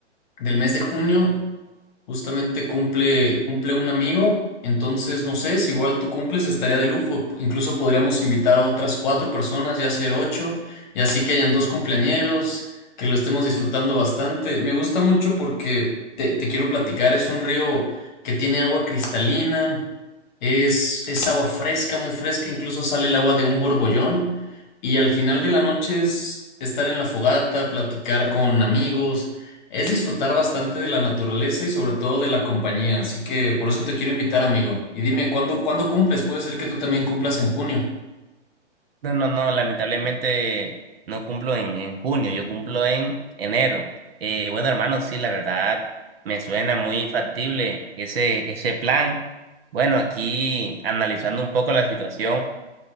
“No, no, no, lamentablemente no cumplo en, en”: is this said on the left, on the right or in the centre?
Right